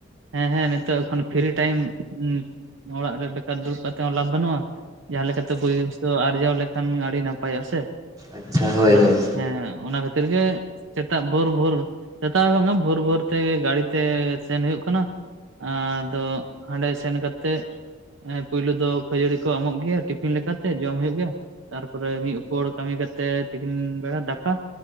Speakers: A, on the right; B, on the right.
A: ᱦᱮᱸ ᱦᱮᱸ ᱱᱤᱛᱚᱜ ᱮᱠᱷᱚᱱ ᱯᱷᱤᱨᱤ ᱴᱟᱭᱤᱢ ᱩᱸ ᱚᱲᱟᱜ ᱨᱮ ᱵᱮᱠᱟᱨ ᱫᱩᱲᱩᱵ ᱠᱟᱛᱮ ᱦᱚᱸ ᱞᱟᱵᱷ ᱵᱟᱹᱱᱩᱜᱼᱟ᱾ ᱡᱟᱦᱟᱹ ᱞᱮᱠᱟᱛᱮ ᱯᱩᱭᱥᱟᱹ ᱟᱨᱡᱟᱣ ᱞᱮᱠᱷᱟᱱ ᱟᱹᱰᱤ ᱱᱟᱯᱟᱭᱚᱜᱼᱟ ᱥᱮ,
B: ᱟᱪᱪᱷᱟ ᱦᱳᱭ
A: ᱚᱱᱟ
B: ᱦᱳᱭ
A: ᱮᱸ ᱚᱱᱟ ᱠᱷᱟᱹᱛᱤᱨ ᱜᱮ ᱥᱮᱛᱟᱜ ᱵᱷᱳᱨ ᱵᱷᱳᱨ, ᱥᱮᱛᱟᱜ ᱦᱚᱸ ᱵᱟᱝᱟ ᱵᱷᱳᱨ ᱵᱷᱳᱨ ᱛᱮᱜᱮ ᱜᱟᱹᱲᱤᱛᱮ ᱥᱮᱱ ᱦᱩᱭᱩᱜ ᱠᱟᱱᱟ ᱟ ᱟᱫᱚ ᱦᱟᱸᱰᱮ ᱥᱮᱱ ᱠᱟᱛᱮᱫ ᱮᱸ ᱯᱳᱭᱞᱳ ᱫᱚ ᱠᱷᱟᱹᱡᱟᱹᱲᱤ ᱠᱚ ᱮᱢᱚᱜ ᱜᱮᱭᱟ ᱴᱤᱯᱷᱤᱱ ᱞᱮᱠᱟᱛᱮ ᱡᱚᱢ ᱦᱩᱭᱩᱜ ᱜᱮᱭᱟ, ᱛᱟᱨᱯᱚᱨᱮ ᱢᱤᱫ ᱩᱯᱚᱲ ᱠᱟᱹᱢᱤ ᱠᱟᱛᱮᱫ ᱛᱤᱠᱤᱱ ᱵᱮᱲᱟ ᱫᱟᱠᱟ᱾